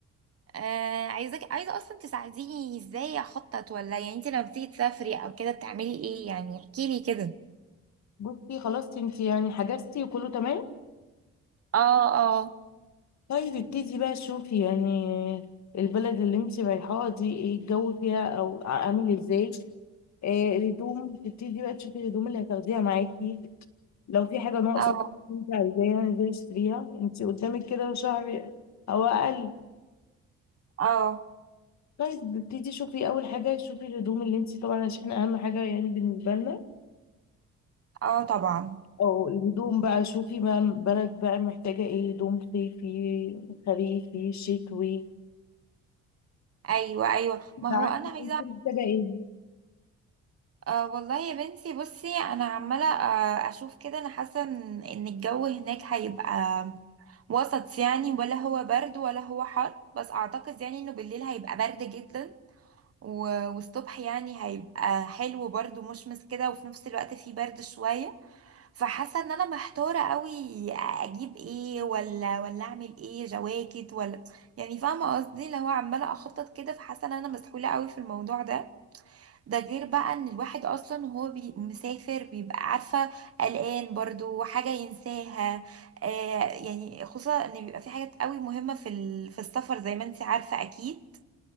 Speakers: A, on the right (about 50°); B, on the left (about 65°).
A: آه عايزك عايزة اصلا تساعديني ازاي اخطط ولا يعني انتي لما بتيجي تسافري او كده بتعملي ايه يعني احكيلي كده
B: بصي خلاص انتي يعني حجزتي وكله تمام؟
A: اه اه
B: طيب ابتدي بقى شوفي يعني البلد اللي انتي رايحاها دي ايه الجو فيها او عامل ازاي؟ آه الهدوم تبتدي بقى تشوفي الهدوم اللي هتاخديها معاكي لو في حاجة ناقصة
A: اه
B: انتي عايزاها انزلي اشتريها انتي قدامك كده شهر او اقل
A: اه
B: طيب ابتدي شوفي اول حاجة شوفي الهدوم اللي انتي طبعا عشان اهم حاجة يعني بالنسبة لنا
A: اه طبعا
B: او الهدوم بقى شوفي بقى البلد بقى محتاجة ايه هدوم صيفي خريفي شتوي
A: ايوه ايوه
B: انت
A: ما هو
B: عندك
A: انا عايزة
B: انت محتاجه ايه
A: آه والله يا بنتي بصي انا عمالة آه اشوف كده انا حاسة ان إن الجو هناك هيبقى وسط يعني ولا هو برد ولا هو حر بس اعتقد يعني انه بالليل هيبقى برد جدا و- والصبح يعني هيبقى حلو برضه مشمس كده وفي نفس الوقت فيه برد شوية فحاسة ان انا محتارة قوي اجيب ايه ولا ولا اعمل ايه جواكت ولا يعني فاهمة قصدي اللي هو عمالة اخطط كده فحاسة ان انا مسحولة قوي في الموضوع ده ده غير بقى ان الواحد اصلا وهو بي مسافر بيبقى عارفه قلقان برضو حاجه ينساها آه يعني خصوصا ان بيبقى في حاجات قوي مهمه في ال- في السفر زي ما انت عارفه اكيد